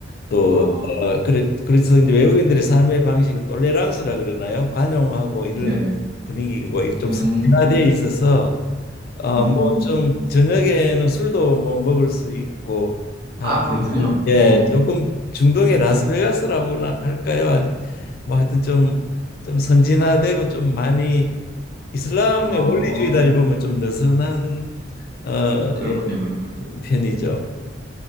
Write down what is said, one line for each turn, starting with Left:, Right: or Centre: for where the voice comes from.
Left: 또
Right: 어,
Left: 어, 그래, 그래서 이제 외국인들의 삶의 방식을 똘레랑스라 그러나요? 관용하고 이런
Right: 네.
Left: 분위기고 이게 좀
Right: 음,
Left: 선진화되어 있어서 어,
Right: 음.
Left: 뭐좀 저녁에는 술도 뭐 먹을 수 있고
Right: 아, 그렇군요.
Left: 한- 예,
Right: 어,
Left: 조금 중동의 라스베가스라고나 할까요? 한, 뭐 하여튼 좀 좀 선진화되고 좀 많이 이슬람의
Right: 어,
Left: 원리주의다리 보면 좀 느슨한 어,
Right: 그렇군요,
Left: 예,
Right: 그렇군요.
Left: 편이죠.